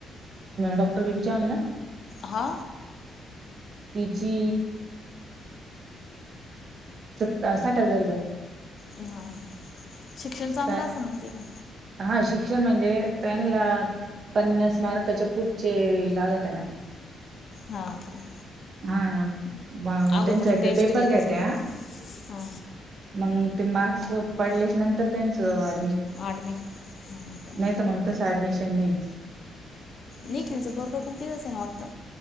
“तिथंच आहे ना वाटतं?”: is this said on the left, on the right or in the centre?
Left